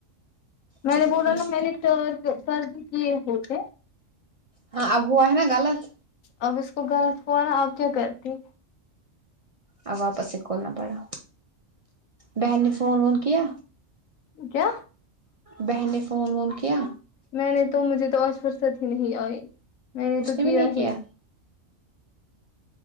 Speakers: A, on the left (about 85°); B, on the right (about 40°).
A: میں
B: چلو
A: نے بولا
B: ٹھیک
A: نا میں نے سار سر بھی کیے ہوتے
B: ہاں اب ہوا ہے نا غلط
A: اب اس کو غلط ہوا نا اب کیا کرتی
B: اب واپس سے کھولنا پڑا بہن نے فون وون کیا
A: کیا
B: بہن نے فون وون کیا
A: میں نے تو مجھے تو آج فرصت ہی نہیں آئی میں نے
B: اس
A: تو
B: کے بھی نہیں کیا
A: ہی